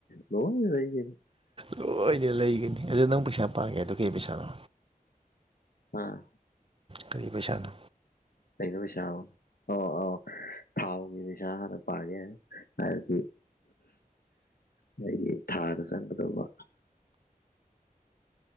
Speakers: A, on the left; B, on the right.
A: ꯂ ꯂꯩꯒꯅꯤ
B: ꯂꯣꯏꯗ ꯂꯩꯒꯅꯤ ꯑꯗꯨ ꯅꯪ ꯄꯩꯁꯥ ꯄꯥꯒꯦ ꯑꯗꯨ ꯀꯩ ꯄꯩꯁꯥꯅꯣ
A: ꯑꯥ
B: ꯀꯔꯤ ꯄꯩꯁꯥꯅꯣ
A: ꯀꯩꯩꯅꯣ ꯄꯩꯁꯥꯏ ꯑꯧ ꯑꯧ ꯊꯥꯎꯒꯤ ꯁꯥꯅ ꯄꯒꯦ ꯍꯥꯏꯗꯤ ꯂꯩꯒꯤ ꯊꯥꯗ ꯆꯪꯒꯗꯕ